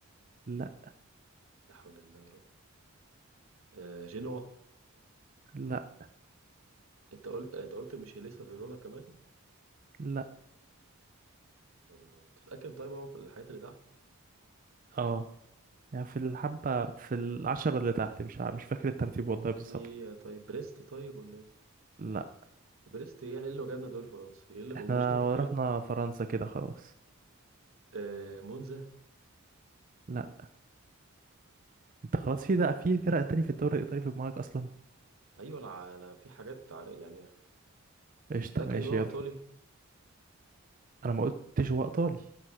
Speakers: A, on the right (about 40°); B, on the right (about 70°).
A: لا
B: لا حول الله يا رب آه جنوا
A: لا
B: انت قلت انت قلت مش لسه فيرونا كمان
A: لا
B: الله انت متأكد طيب هو في الحاجات اللي تحت
A: اه يعني في الحبة في العشرة اللي تحت مش ع- مش فاكر الترتيب والله
B: آه،
A: بالظبط
B: في ايه طيب بريست طيب ولا ايه
A: لا
B: بريست ايه ايه اللي جابنا دوري فرنسي ايه اللي بقوله
A: احنا
B: ده
A: رحنا فرنسا كده خلاص
B: <laughs> آه مونزا
A: لا انت خلاص
B: طب
A: في ده في فرق تاني في الدوري الإيطالي في دماغك أصلا
B: ايوه انا انا في حاجات عار- يعني
A: قشطة
B: متأكد
A: ماشي
B: ان هو
A: يلا
B: ايطالي
A: أنا ما قلتش هو إيطالي